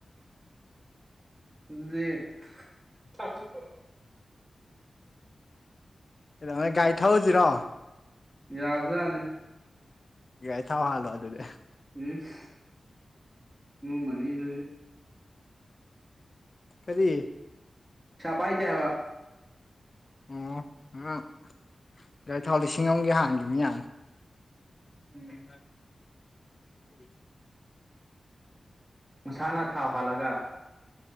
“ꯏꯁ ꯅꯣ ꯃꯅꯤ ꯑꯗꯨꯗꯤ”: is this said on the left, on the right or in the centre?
Centre